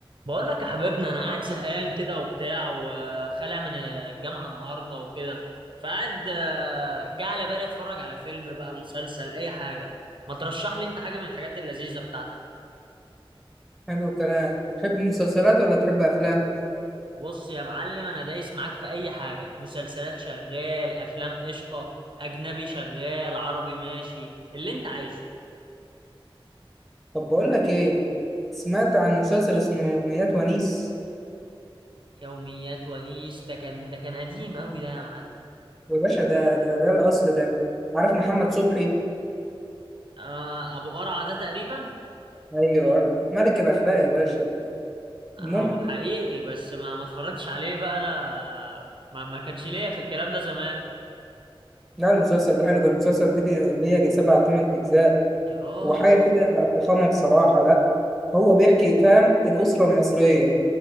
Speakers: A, on the right (about 60°); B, in the centre.
A: بقول لك يا حبيبنا انا قاعد زهقان كده وبتاع وخالع من الجامعه النهارده وكده فقعد آه، جه على بالي اتفرج على فيلم بقى مسلسل اي حاجه ما ترشح لي انت حاجه من الحاجات اللذيذه بتاعتك
B: حلو الكلام تحب مسلسلات ولا تحب افلام
A: بص يا معلم انا دايس معاك في اي حاجه مسلسلات شغال افلام قشطه اجنبي شغال عربي ماشي اللي انت عايزه
B: طب بقول لك ايه سمعت عن مسلسل اسمه ميات ونيس
A: يوميات ونيس ده كان ده كان قديم قوي ده يا معلم
B: يا باشا ده ده ده الاصل ده عارف محمد صبحي
A: آه ابو قرعه ده تقريبا
B: ايوه ملك الاخلاق يا باشا
A: هو
B: المهم
A: حقيقي بس ما ما اتفرجتش عليه بقى انا ما ما كانش ليا في الكلام ده زمان
B: لا المسلسل ده حلو ده المسلسل ده ليه ليه يجي سبع تمن اجزاء
A: يا راجل
B: وحاجه كده فخامه بصراحه لا هو بيحكي فاهم الاسره المصريه